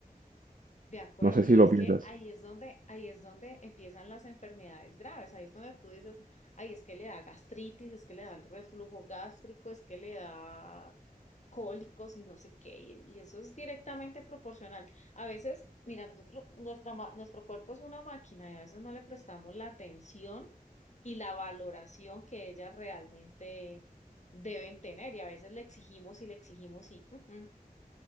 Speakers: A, on the left; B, on the right.
A: De acuerdo,
B: No sé si
A: y es
B: lo piensas.
A: que ahí es donde, ahí es donde empiezan las enfermedades graves, ahí es donde tú dices, ay, es que le da gastritis, es que le da el reflujo gástrico, es que le da cólicos y no sé qué, y, y eso es directamente proporcional. A veces, mira, nosotros, nuestra, ma- nuestro cuerpo es una máquina y a veces no le prestamos la atención y la valoración que ellas realmente deben tener, y a veces le exigimos y le exigimos y mm, mm,